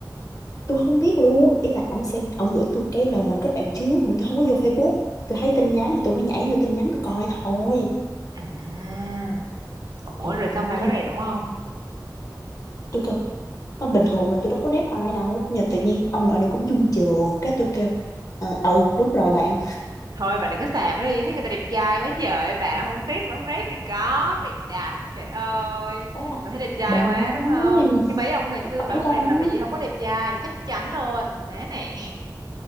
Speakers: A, on the left (about 45°); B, on the right (about 60°).
A: tôi không biết luôn ý là ông sẽ ông gửi tôi cái lời mời kết bạn trước mà tôi không có vô Facebook tôi thấy tin nhắn thì tôi mới nhảy vô tin nhắn tôi coi thôi
B: À, ủa
A: trời
B: rồi xong bà
A: ơi
B: có rep ổng không?
A: tôi kêu Mà bình thường là tôi đâu có rep ai đâu nhưng mà tự nhiên ông nội này cũng chung trường cái tôi kêu à, ừ đúng rồi bạn
B: thôi bà đừng có xàm nó đi thấy người ta đẹp trai quá trời bà không tiếc bà không rep thì có bị đạp trời ơi
A: đó
B: bà thấy đẹp trai
A: bà
B: quá
A: ơi,
B: đúng không chứ mấy ông ngày xưa
A: phải
B: bà không
A: đó
B: rep là bởi vì không có đẹp trai chắc chắn luôn má này